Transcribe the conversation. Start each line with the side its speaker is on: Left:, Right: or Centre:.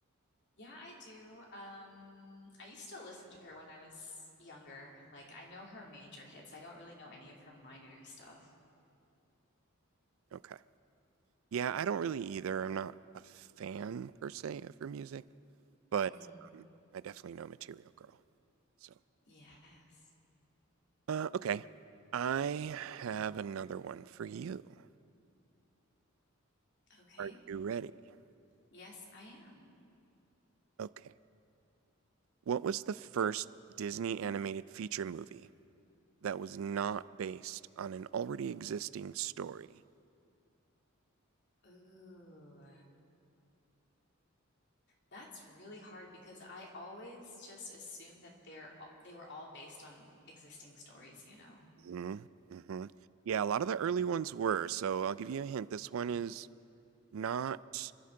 Left: Yeah, I do. Um, I used to listen to her when I was younger. Like I know her major hits. I don't really know any of her minor stuff.
Right: Okay. Yeah, I don't really either. I'm not a fan per se of her music, but
Left: Mm-hmm.
Right: um, I definitely know Material Girl. So
Left: Yes.
Right: Uh, okay. I have another one for you.
Left: Okay.
Right: Are you ready?
Left: Yes, I am.
Right: Okay. What was the first Disney animated feature movie that was not based on an already existing story?
Left: Ooh. That's really hard because I always just assume that they're all- they were all based on existing stories, you know.
Right: hmm hmm Yeah, a lot of the early ones were, so I'll give you a hint. This one is not